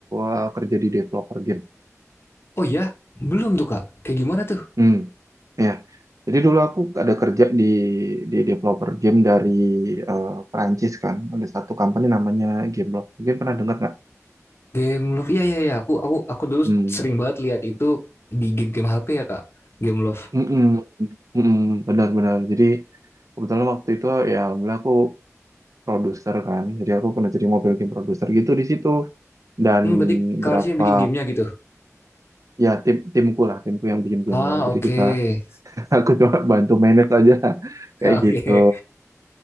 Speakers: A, on the right; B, on the left.
A: uh, kerja di developer game.
B: Oh ya, belum tuh kak. Kayak gimana tuh?
A: Hmm, ya. Jadi dulu aku ada kerja di di developer game dari eh, Perancis kan. Ada satu company namanya Gameloft. Mungkin pernah dengar nggak?
B: Game Love, iya iya iya. Aku aku aku dulu
A: Hmm,
B: sering banget lihat itu di game-game HP ya kak. Game Love.
A: mm-mm, mm-mm, benar-benar. Jadi kebetulan waktu itu ya, alhamdulillah aku produser kan. Jadi aku pernah jadi mobile game produser gitu di situ. Dan
B: Hmm, berarti Kak
A: berapa
B: Arsy yang bikin gamenya gitu.
A: ya tim timku lah, timku yang bikin
B: Ah,
A: gamenya. Jadi
B: oke.
A: kita <laughs> aku coba bantu manage aja <laughs> kayak
B: Okay. <laughs> Oke.
A: gitu.
B: Okay.